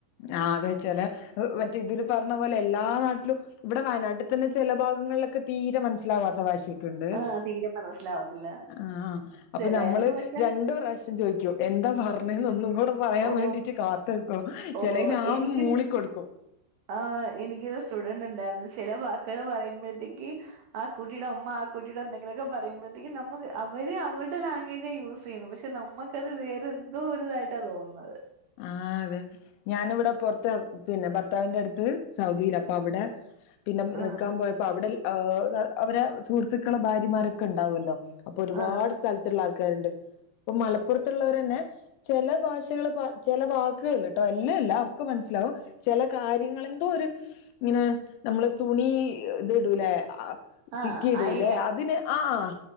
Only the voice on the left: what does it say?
ആഹ് അതെ ചില മറ്റേ ഇതില് പറഞ്ഞ പോലെ എല്ലാ നാട്ടിലും ഇവിടെ വയനാട്ടി ഇവിടെ തന്നെ ചെല ഭാഗങ്ങളിലൊക്കെ തീരെ മനസ്സിലാവാത്ത ഭാഷെ ക്ക്ണ്ട്
ആഹ് അപ്പ
നമ്മള്
രണ്ട് പ്രാവി ചോദിക്കും എന്താ പറഞ്ഞെന്ന് ഒന്നും കൂടെ പറയാൻ
വേണ്ടിട്ട് കാത്ത്ക്കും
ചിലയിന് ആഹ്
ന്ന് മൂളി കൊടുക്കും
ആഹ് അതെ ഞാനിവിടെ പൊറത്ത് പിന്നെ ഭർത്താവിന്റെ അടുത്ത് സൗദിയില്ല അപ്പൊ അവിടെ പിന്നെ
നിൽക്കാൻ പോയപ്പോ ങ് അവിടെ അവരെ സുഹൃത്തുക്കളെ ഭാര്യമാരൊക്കെ ഉണ്ടാവല്ലോ അപ്പൊ ഒരുപാട്
സ്ഥലത്ത്ള്ള ആൾക്കാരുണ്ട് ഇപ്പൊ മലപ്പുറത്തുള്ളവരെന്നെ ചില ഭാഷകള് പ ചിലെ വാക്കുകള് ട്ടോ എല്ലാംല്ല ഒക്കെ മനസ്സിലാവും ചില കാര്യങ്ങള് എന്തോ ഒരു ഇങ്ങനെ നമ്മള് തുണി ഇത് ഇടൂല്ലെ
ചിക്കിയിടൂല്ലെ
അതിന് ആഹ്